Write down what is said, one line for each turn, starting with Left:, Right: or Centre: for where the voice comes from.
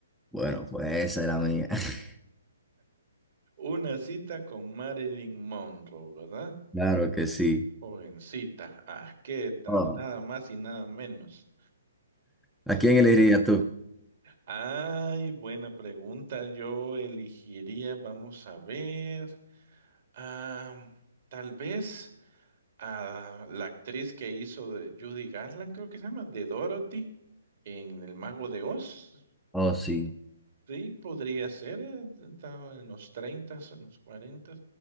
Centre: Bueno, pues esa era mía. <laughs>
Right: Una cita con Marilyn Monroe, ¿verdad?
Centre: Claro que sí.
Right: Jovencita. Ah, ¿qué tal?
Centre: Oh,
Right: Nada más y nada menos.
Centre: ¿a quién elegirías tú?
Right: Ay, buena pregunta. Yo elegiría, vamos a ver, ah, tal vez a la actriz que hizo de Judy Garland, creo que se llama, de Dorothy en El Mago de Oz.
Centre: Oh, sí.
Right: Sí, podría ser, eh, estaba en los 30, en los 40.